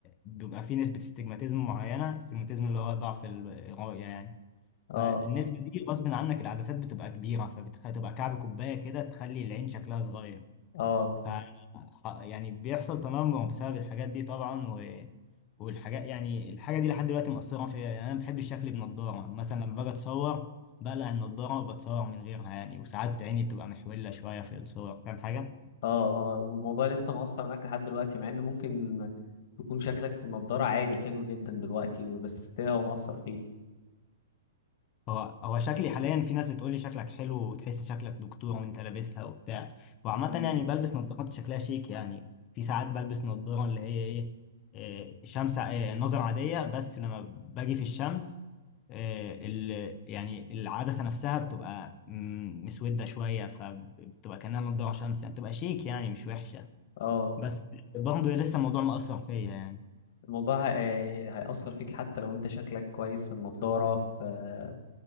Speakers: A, on the left; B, on the left.
A: بيبقى فيه نسبة استجماتيزم معينة استجماتيزم اللي هو ضعف ال- الرؤية يعني
B: اه
A: فالنسبة دي غصب عنك العدسات بتبقى كبيرة فبتبقى كعب كوباية كده تخلي العين شكلها صغير
B: اه
A: ف يعني بيحصل تنمر بسبب الحاجات دي طبعا و... والحاجات يعني الحاجة دي لحد دلوقتي مأثرة فيا يعني أنا بحب الشكل بنضارة مثلا لما باجي أتصور بقلع النضارة وبتصور من غيرها يعني وساعات عيني بتبقى محولة شوية في الصور فاهم حاجة؟
B: اه اه والموضوع لسه مؤثر معاك لحد دلوقتي مع ان ممكن تكون شكلك في النضاره عادي حلو جدا دلوقتي بس ستيل هو مؤثر
A: هو هو شكلي حاليا في ناس بتقول لي شكلك حلو وتحس شكلك دكتور وانت لابسها وبتاع وعامة
B: فيك
A: يعني بلبس نظارات شكلها شيك يعني في ساعات بلبس نظارة اللي هي ايه إيه، شمس إيه، نظر عادية بس لما باجي في الشمس إيه، ال يعني العدسة نفسها بتبقى مم، مسودة شوية فبتبقى كأنها نظارة شمس يعني بتبقى شيك يعني مش وحشة
B: اه
A: بس برضه لسه الموضوع مأثر فيا يعني
B: الموضوع هي- هيأثر فيك حتى لو انت شكلك كويس في النضارة في آه،